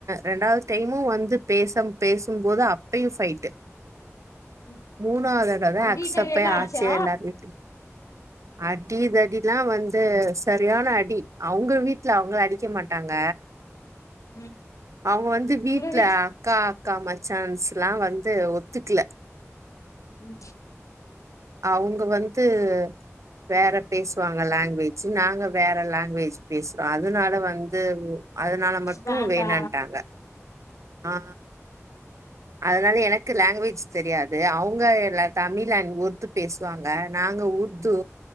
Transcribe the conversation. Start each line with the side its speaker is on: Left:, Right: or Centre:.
Right: ரெண்டாவது டைமு வந்து பேச பேசும்போது அப் அப்பயு ஃபைட்
Left: ம்
Right: மூணாவதடவ
Left: அடி
Right: அக்சப்பே
Left: தடி எல்லா
Right: ஆச்சே
Left: ஆச்சா
Right: எல்லாரு ஹாப்பி அடிதடிலா வந்து சரியான அடி அவ்ங்க வீட்ல அவ்ங்கள அடிக்க மாட்டாங்க
Left: ம்
Right: அவ்ங்க வந்து வீட்ல
Left: உங்க வீட்
Right: அக்கா அக்கா மச்சான்ஸ்லா வந்து ஒத்துக்ல
Left: ம் ஹூ
Right: அவ்ங்க வந்து வேற பேசுவாங்க லங்குவேஜ்ஜூ நாங்க வேற லங்குவேஜ் பேசுறொ அதனால வந்து அதனால மட்டு
Left: வேண்டா
Right: வேணாண்ட்டாங்க ஆ அதனால எனக்கு லங்குவேஜ் தெரியாது அவங்க ல தமிழ் அன்ட் உர்து பேசுவாங்க நாங்க உர்து